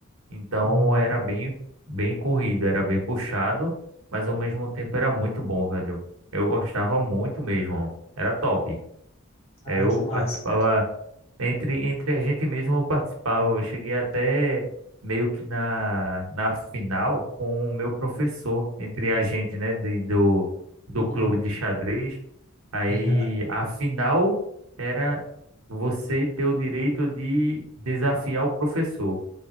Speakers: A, on the right; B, on the left.
A: Então
B: hum.
A: era bem bem corrido, era bem puxado, mas ao mesmo tempo era muito bom, velho. Eu gostava muito mesmo. Era top.
B: Ah,
A: Eu
B: que massa,
A: participava
B: cara.
A: entre, entre a gente mesmo eu participava. Eu cheguei até meio que na, na final com o meu professor, entre a gente, né, de- do, do
B: Uhum.
A: clube de xadrez. Aí
B: <laughs>
A: a final era você ter o direito de desafiar o professor.